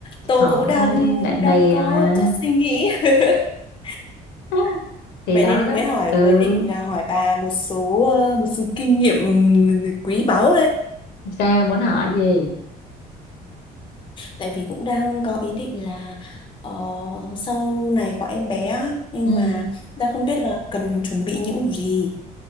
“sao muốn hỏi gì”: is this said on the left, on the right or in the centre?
Left